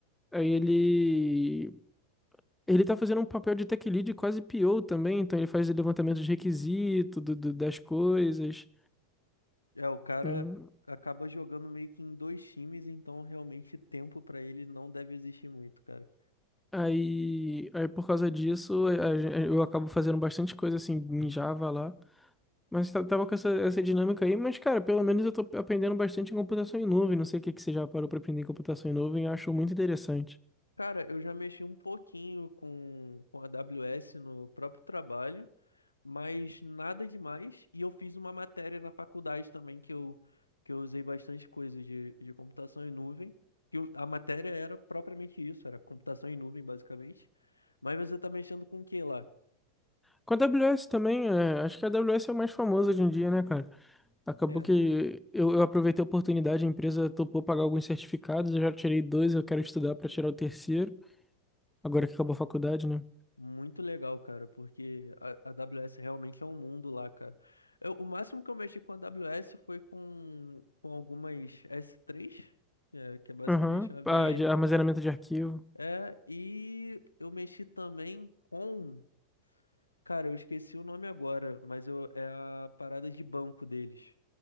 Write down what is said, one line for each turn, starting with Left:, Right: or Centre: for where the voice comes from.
Centre: Aí ele. Ele tá fazendo um papel de tech lead quase PO também, então ele faz o levantamento de requisito, do, do- das coisas.
Left: É, o cara
Centre: Hum,
Left: acaba jogando meio que em dois times, então realmente tempo pra ele não deve existir muito, cara.
Centre: Aí, aí por causa disso, a- a- gen- eu acabo fazendo bastante coisa assim em Java lá. Mas tá- tava com essa, essa dinâmica aí, mas, cara, pelo menos eu tô aprendendo bastante em computação em nuvem. Não sei o que que você já parou pra aprender em computação em nuvem, eu acho muito interessante.
Left: Cara, eu já mexi um pouquinho com, com a AWS no próprio trabalho, mas nada demais. E eu fiz uma matéria na faculdade também que eu, que eu usei bastante coisa de, de computação em nuvem. Que o- a matéria era propriamente isso, era computação em nuvem, basicamente. Mas você tá mexendo com o que lá?
Centre: Com a AWS também, é, acho que a AWS é o mais famoso hoje em dia, né, cara? Acabou
Left: É.
Centre: que eu, eu aproveitei a oportunidade, a empresa topou pagar alguns certificados, eu já tirei dois, eu quero estudar pra tirar o terceiro, agora que acabou a faculdade, né?
Left: Muito legal, cara, porque a, a AWS realmente é um mundo lá, cara. Eu- o máximo que eu mexi com a AWS foi com, com algumas S3, que é, que é basicamente
Centre: Aham,
Left: uma VM
Centre: Ah, de armazenamento
Left: lá.
Centre: de arquivo,
Left: É, e eu mexi também com. Cara, eu esqueci o nome agora, mas eu, é a parada de banco deles.